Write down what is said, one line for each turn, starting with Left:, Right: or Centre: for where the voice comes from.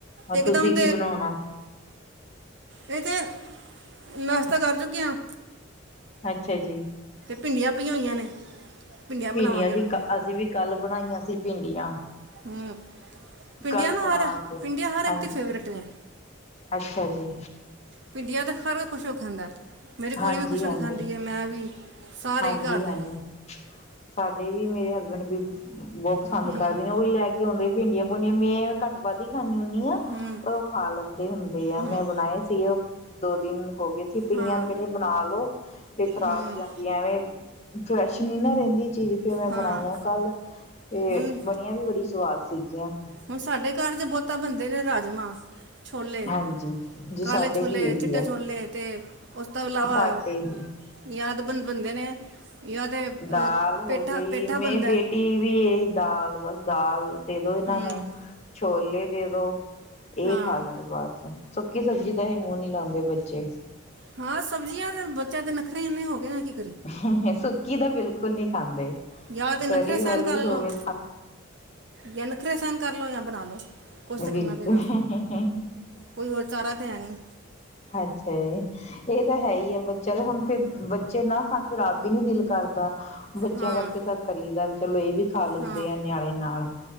Left: ਔਰ
Right: ਇਕਦਮ
Left: ਤੁਸੀਂ ਕੀ ਬਣੋਣਾ।
Right: ਏਹ ਤਾਂ ਨਾਸ਼ਤਾ ਕਰ ਚੁੱਕੇ ਆਂ।
Left: ਅੱਛਾ ਜੀ।
Right: ਭਿੰਡੀਆਂ ਪਈਆਂ ਹੋਈਆਂ ਨੇ। ਭਿੰਡੀਆਂ ਬਣਾਵਾਂਗੇ
Left: ਬਿੰਡੀਆਂ ਅਸੀ
Right: ਹੁਣ
Left: ਕ ਅਸੀਂ ਵੀ ਕੱਲ ਬਣਾਈਆਂ ਸੀ ਭਿੰਡੀਆਂ।
Right: ਹੂੰ ਪਿੰਡੀਆਂ
Left: ਕੱਲ
Right: ਨਾ
Left: ਬਣਾ
Right: ਹਰ
Left: ਕੇ
Right: ਪਿੰਡੀਆਂ ਹਰ
Left: ਹਾਂਜੀ
Right: ਏਕ ਦੀ ਫੇਵਰੇਟ ਨੇ।
Left: ਅੱਛਾ ਜੀ।
Right: ਭਿੰਡੀਆਂ ਦਾ ਹਰ ਖੂਸ਼ ਹੋ ਕੇ ਖਾਂਦੈ। ਮੇਰੀ ਕੁੜੀ
Left: ਹਾਂਜੀ
Right: ਵੀ ਖੁਸ਼ ਹੋ
Left: ਹਾਂਜੀ
Right: ਕੇ ਖਾਂਦੀ ਐ, ਮੈਂ ਵੀ। ਸਾਰੇ
Left: ਹਾਂਜੀ
Right: ਹੀ ਘਰ ਦੇ
Left: ਹਾਂਜੀ, ਸਾਡੇ ਵੀ ਵੀ ਮੇਰੇ ਹਸਬੈਂਡ ਬੀ ਬੌ ਪਸੰਦ
Right: ਹੂੰ
Left: ਕਰਦੇ ਨੇ ਔ ਈ ਲੈ ਕੇ ਆੰਦੇ ਭਿੰਡੀਆਂ ਭੁਡੀਆਂ, ਮੇਂ ਘੱਟ ਵਧ ਹੀ ਖਾਂਣੀ ਹੁੰਦੀ ਣੀ ਆ,
Right: ਹੂੰ
Left: ਓਹ ਖਾ ਲੈਂਦੇ ਹੁੰਦੇ ਆ
Right: ਹੂੰ
Left: ਮੈਂ ਬਣਾਏ ਸੀਗੇ ਔ। ਦੋ ਦਿਨ ਹੋਗੇ ਸੀ ਪਈਆਂ
Right: ਹਾਂ
Left: ਨੂੰ ਕੈੰਦੇ ਬਣਾ ਲੋ, ਫੇਰ ਖਰਾਬ
Right: ਹੂੰ
Left: ਹੋ ਜਾਂਦੀਆਂ ਵੇਂ। ਫਰੈਸ਼ ਨੀ ਨਾ ਰਹਿੰਦੀ। ਚੀਜ਼ ਤੇ ਫੇਰ ਮੈਂ
Right: ਹਾਂ
Left: ਬਣਾਈਆ ਕੱਲ੍ਹ ਤੇ
Right: ਹੁਣ
Left: ਬਣਿਆ ਵੀ ਬੜੀ ਸਵਾਦ ਸੀਗੀਆਂ।
Right: ਹੁਣ ਸਾਡੇ ਘਰ ਤ ਬਹੁਤ ਤਾਂ ਬਣਦੇ ਨੇ ਰਾਜਮਾਂ ਛੋਲੇ
Left: ਹਾਂਜੀ ਜੀ
Right: ਕਾਲੇ
Left: ਸਾਡੇ
Right: ਛੋਲੇ,
Left: ਵੀ ਇਹੀ
Right: ਚਿੱਟੇ
Left: ਆ
Right: ਛੋਲੇ ਅਤੇ ਉਸ ਤੋਂ ਇਲਾਵਾ
Left: ਸਾਡੇ ਵੀ
Right: ਜਾਂ ਬੰ ਬਣਦੇ ਨੇ। ਜਾਂ ਤੇ
Left: ਦਾਲ ਹੋ
Right: ਪੇਠਾ
Left: ਗਈ,
Right: ਪੇਠਾ
Left: ਮੇਰੀ
Right: ਬਣਦਾ
Left: ਬੇਟੀ ਵੀ ਇਹ ਦਾਲ ਬਸ ਦਾਲ ਦੇ ਦੋ ਇਹਨਾਂ
Right: ਹੂੰ
Left: ਨੂੰ ਛੋਲੇ ਦੇ ਦੋ ਇਹ
Right: ਹਾਂ
Left: ਖਾ ਲਉਗੇ ਬਸ। ਸੁੱਕੀ ਸਬਜ਼ੀ ਤਾਂ ਇਹ ਮੂੰਹ ਨੀ ਲਾਉਂਦੇ ਬੱਚੇ <unintelligible>
Right: ਹਾਂ, ਸਬਜ਼ੀਆਂ ਦੇ ਬੱਚਿਆਂ ਦੇ ਨੱਖਰੇ ਇੰਨੇ ਹੋ ਗਏ ਨੇ ਕਿ
Left: ਸ ਸੁਕੀ ਤਾਂ ਬਿਲਕੁਲ ਨਹੀਂ ਖਾਂਦੇ
Right: ਜਾਂ ਤੇ ਨੱਖਰੇ
Left: ਤਰੀ
Right: ਸਹਿਣ
Left: ਵਾਲੀ
Right: ਕਰ
Left: ਹੋਵੇ
Right: ਲਓ, ਜਾਂ ਨਖਰੇ ਸਹਿਣ ਕਰ ਲਓ ਜਾਂ ਬਣਾ ਲਓ ਕੁਛ ਤਾਂ
Left: ਬਿਲਕੁਲ-ਬਿਲਕੁਲ,
Right: ਕਰਨਾ ਪਏਗਾ ਕੋਈ ਹੋਰ ਚਾਰਾ ਤਾਂ ਹੈ ਨਹੀਂ
Left: ਅੱਛਾ ਜੀ। ਹ <inaudible> ਇਹ ਤਾਂ ਹੈ ਹੀ ਆ, ਬੱਚਿਆਂ ਦੇ ਹੁਣ ਫੇ ਬੱਚੇ ਨਾ ਖਾਣ ਫਿਰ ਆਪ ਵੀ ਨੀ ਦਿਲ ਕਰਦਾ। ਬੱਚਿਆਂ
Right: ਹਾਂ
Left: ਕਰਕੇ ਤਾਂ ਕਰੀਦਾ, ਵੀ ਚਲੋ ਇਹ ਵੀ ਖਾ ਲੈਂਦੇ
Right: ਹਾਂ
Left: ਆ ਨਿਆਣੇ ਨਾਲ